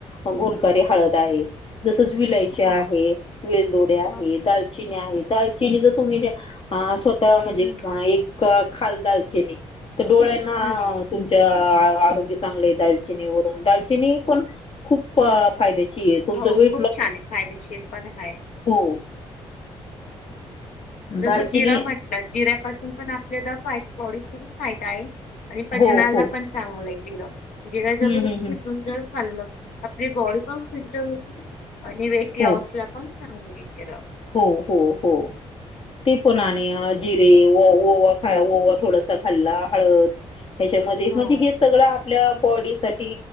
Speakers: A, on the left; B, on the left.
A: ग गुणकारी हळद आहे जसच विलायच्या
B: हो
A: आहे वेलदोड्या
B: हो
A: आहे दालचिनी आहे दालचिनी जर तुम्ही अ स्वतः म्हणजे
B: हम्म
A: एक खालदयचे तर डोळ्यांना
B: हम्
A: तुमच्या आरोग्य चांगले दालचिनी वून दालचिनी पण खूप फायद्या तुमच
B: हो
A: वे
B: खूप छान आहे फायदेशीर पण आहे
A: हो
B: जसं
A: दालचिनी
B: जिरं म्हटलं जिऱ्यापासून पण आपल्याला फा बॉडीशी फायदा आहे आणि पचनाला
A: हो हो
B: पण चांगलं आहे जिरां जिरा जरर
A: हम्म हम्म
B: भिजून
A: हम्म
B: जर खाल्लं आपली बॉडी पण फिंट होती, आणि वेट लॉस
A: हो
B: ला पण चांगलं <unintelligible>
A: हो हो हो, ते पणा आणि जी ते ओ-ओवा खाव ओवा थोडसं खाल्ला हळद हेच्यामध्ये
B: हो
A: म्हणजे सगळं आपल्या बॉडी साठी